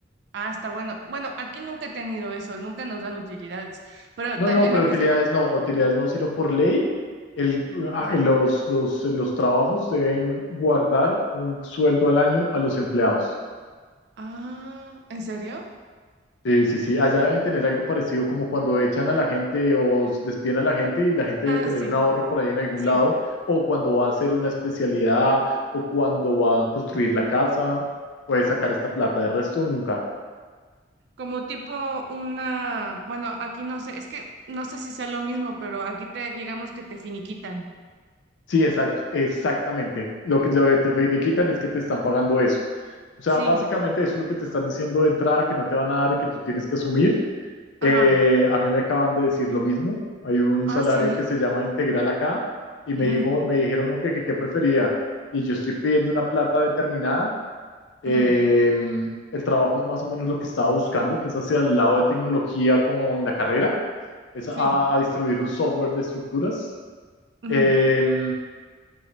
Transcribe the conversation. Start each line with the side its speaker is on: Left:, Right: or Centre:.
Right: ah, está bueno. Bueno, aquí nunca he tenido eso, nunca nos dan utilidades, pero
Left: No,
Right: también
Left: no, pero
Right: lo
Left: utilidades
Right: que se...
Left: no, utilidades no, sino por ley, el,
Right: Ajá,
Left: ah, eh, los, los, eh, los trabajos deben guardar un sueldo al año a los empleados.
Right: ah, ¿en serio?
Left: Sí, sí, sí, allá deben tener algo parecido como cuando echan a la gente o despiden a la gente y la gente debe
Right: Ah,
Left: tener
Right: sí,
Left: un ahorro por ahí en algún
Right: sí.
Left: lado, o cuando va a hacer una especialidad, o cuando va a construir la casa, puede sacar esta plata, de resto nunca.
Right: Como tipo una, bueno, aquí no sé, es que no sé si sea lo mismo, pero aquí te digamos que te finiquitan.
Left: Sí, exacto, exactamente. Lo que, lo que te quitan es que te están pagando eso. O sea,
Right: Sí,
Left: básicamente eso es lo que te están diciendo de entrada, que no te van a dar y que tú tienes que asumir.
Right: ajá.
Left: Eh, a mí me acaban de decir lo mismo. Hay un
Right: Ah,
Left: salario
Right: sí.
Left: que se llama integral acá y me
Right: Ujú,
Left: dijo, me dijeron no, que qué prefería. Y yo estoy pidiendo una plata determinada. Eh,
Right: ujú,
Left: el trabajo es más o menos lo que estaba buscando, que es hacia el lado de tecnología con la carrera, es a,
Right: Sí.
Left: a distribuir un software de estructuras.
Right: ujú,
Left: Em,